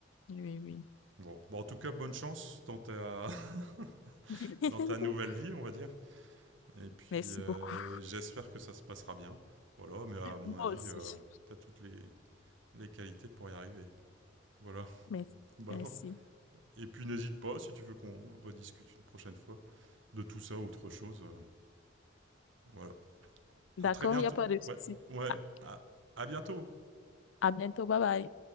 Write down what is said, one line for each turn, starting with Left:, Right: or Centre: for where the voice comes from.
Left: Oui, oui.
Right: Bon, bon en tout cas bonne chance dans ta <laughs>
Left: <laughs>
Right: dans ta nouvelle vie, on va dire, et puis,
Left: Merci
Right: heu,
Left: beaucoup.
Right: j'espère que ça se passera bien. Voilà, mais à mon
Left: Moi
Right: avis,
Left: aussi.
Right: heu, tu as toutes les les qualités pour y arriver. Voilà. <laughs>
Left: Merci.
Right: Bon
Left: Merci.
Right: et puis n'hésite pas si tu veux qu'on rediscute une prochaine fois de tout ça ou autre chose, heu, voilà.
Left: D'accord,
Right: À très bientôt
Left: il n'y a pas de souci.
Right: ouais, ouais,
Left: à
Right: à à bientôt!
Left: à bientôt, bye bye.